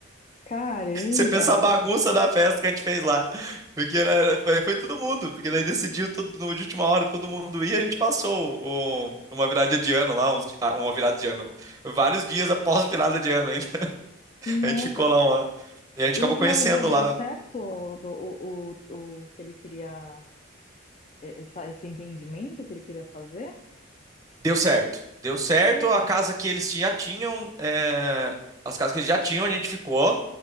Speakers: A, on the left; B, on the right.
A: caramba,
B: Você pensa a bagunça
A: fam-
B: da festa que a gente fez lá. Porque era, era- foi, foi todo mundo. Porque daí decidiu tudo no- de última hora, todo mundo ia. A gente passou o- uma virada de ano lá, uns di- ah, uma virada de ano. Vários dias após virada de ano ainda. <laughs>
A: nossa.
B: A gente ficou lá. Uma, e a gente
A: E
B: acabou
A: no final
B: conhecendo
A: do dia deu
B: lá
A: certo o, do- o, o, o que ele queria, e- essa, esse empreendimento que ele queria fazer?
B: Deu certo. Deu certo.
A: Que legal.
B: A casa que eles já tinham, eh, as casas que eles já tinham, a gente ficou.